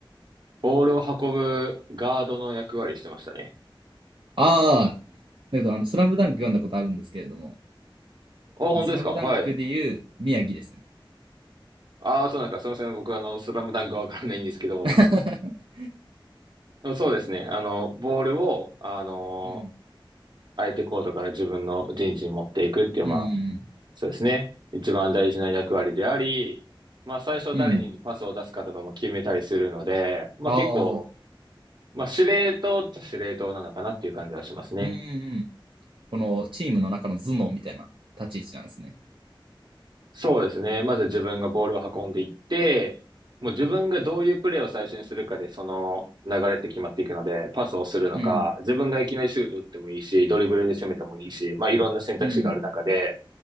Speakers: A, on the right; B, on the right.
A: ボールを運ぶガードの役割してましたね。
B: ああ、だけど、あの、スラムダンク読んだことあるんですけれども、
A: あ、本当ですかはい。
B: スラムダンクで言う宮城ですね。
A: ああ、そうなんですか。すみません。僕、あの、スラムダンクわからないんですけど、
B: <laughs>
A: そうですね。あの、ボールを、あの、
B: うん。
A: 相手コートから自分の陣地に持っていくっていう、
B: うん。
A: まあ、
B: う
A: そうですね。一番大事な役割であり、まあ、最初誰にパスを出すかとかも決めたりするので、
B: ん。うん。
A: まあ、
B: ああ、
A: 結構、
B: うん
A: まあ、司令塔っちゃ司令塔なのかなっていう感じはしますね。
B: うんうん。このチームの中の頭脳みたいな立ち位置なんですね。
A: そうですね。まず自分がボールを運んでいって、もう自分がどういうプレーを最初にするかで、その流れって決まっていくので、パスをするのか、
B: うん。
A: 自分がいきなりシュート打ってもいいし、ドリブルで攻めてもいいし、まあいろんな選択肢がある中で、
B: うん。